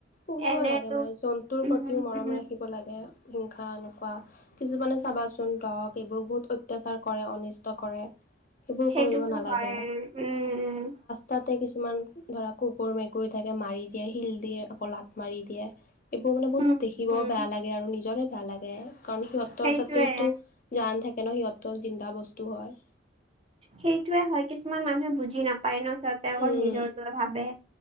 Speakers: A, on the left (about 45°); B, on the right (about 30°).
A: পুহিব
B: এনেতো
A: লাগে মানে জন্তুৰ
B: উম
A: প্ৰতিও মৰম
B: উম
A: ৰাখিব লাগে হিংসা এনেকুৱা। কিছুমানে চাবাচোন দগ এইবোৰ বহুত অত্যাচাৰ কৰে অনিষ্ট- কৰে সেইবোৰ
B: সেইটোতো
A: কৰিব নালাগে।
B: হয় উম
A: তা'তে কিছুমান ধৰা কুকুৰ মেকুৰী থাকে মাৰি দিয়ে, শিল দিয়ে, আকৌ লাত মাৰি দিয়ে। এইবোৰ মানে বহুত
B: উম
A: দেখিবও
B: উম
A: বেয়া লাগে আৰু নিজৰে বেয়া লাগে, কাৰণ সিহঁতৰ
B: সেইটোয়ে
A: যাতেওঁ টো- জান থাকে ন' সিহঁতো জিন্দা বস্তু হয়।
B: সেইটোয়ে হয় কিছুমান মানুহে বুজি নাপায় ন'। তা'তে অকল
A: উম
B: নিজৰটোৱে ভাবে